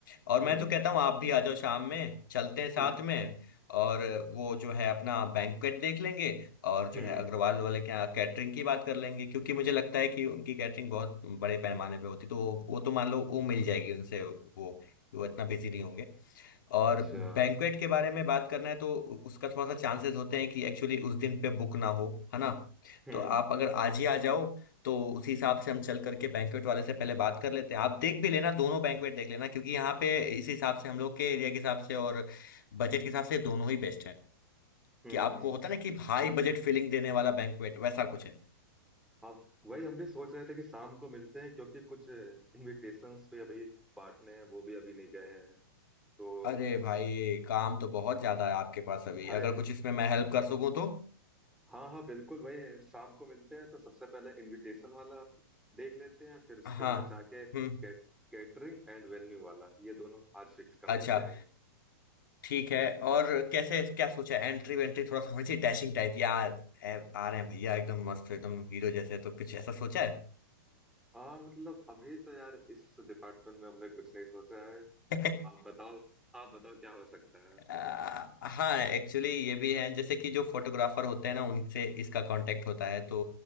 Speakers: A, on the left; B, in the centre.
A: और
B: हम्म
A: मैं तो कहता हूँ आप भी आ जाओ शाम में चलते हैं साथ
B: हम्म
A: में और वो जो है अपना बैंक्वेट देख लेंगे और
B: हम्म
A: जो है अग्रवाल वाले के यहाँ कैटरिंग की बात कर लेंगे क्योंकि मुझे लगता है कि उनकी कैटरिंग बहुत बड़े पैमाने पे होती तो वो, वो तो मान लो वो मिल जाएगी उनसे वो वो इतना बिजी नहीं होंगे और
B: अच्छा
A: बैंक्वेट के बारे में बात करना है तो उ- उसका थोड़ा सा चांसेस होते हैं कि एक्चुअली उस दिन पे बुक ना हो है ना
B: हम्म
A: तो आप अगर आज ही आ जाओ तो उसी हिसाब से हम चल करके बैंक्वेट वाले से पहले बात कर लेते हैं आप देख भी लेना दोनों बैंक्वेट देख लेना क्योंकि यहाँ पे इस हिसाब से हम लोग के एरिया के हिसाब से और बजट के हिसाब से दोनों ही बेस्ट है
B: हम्म
A: कि आपको होता है ना कि हाई बजट फीलिंग देने वाला बैंक्वेट वैसा कुछ है
B: आप वही हम भी सोच रहे थे कि शाम को मिलते हैं क्योंकि कुछ इनविटेशंस पे अभी बांटने हैं वो भी अभी नहीं गए हैं तो
A: अरे भाई
B: स,
A: काम तो बहुत ज्यादा है आपके पास अभी
B: भाई
A: अगर कुछ इसमें मैं हेल्प कर सकूं तो
B: हाँ हाँ बिल्कुल वही है, शाम को मिलते हैं तो सबसे पहले इनविटेशन वाला देख लेते हैं फिर उसके
A: हाँ
B: बाद जाके कैट,
A: हम्म
B: कैटरिंग एंड वेन्यू वाला ये दोनों आज फिक्स कर
A: अच्छा
B: लेते हैं
A: ठीक है और कैसे क्या सोचा एंट्री वेंट्री थोड़ा सा होनी चाहिए डैशिंग टाइप या है, आ रहे हैं भैया एकदम मस्त एकदम हीरो जैसे तो कुछ ऐसा सोचा है
B: हाँ मतलब अभी तो यार इस डिपार्टमेंट में हमने कुछ नहीं सोचा है
A: <laughs>
B: आप बताओ आप बताओ क्या हो सकता है
A: आ, हाँ एक्चुअली ये भी है जैसे कि जो फोटोग्राफर होते हैं ना उनसे इसका कांटेक्ट होता है तो